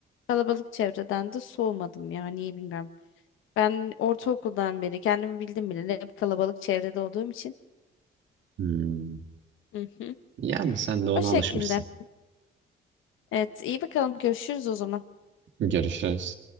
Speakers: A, on the left; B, on the right.
A: kalabalık çevreden de soğumadım ya. Niye bilmiyorum. Ben ortaokuldan beri kendimi bildim bile hep kalabalık çevrede olduğum için.
B: Hmm.
A: Hı hı.
B: Yani sen de ona
A: O şekilde.
B: alışmışsın.
A: Evet, iyi bakalım. Görüşürüz o zaman.
B: Görüşürüz.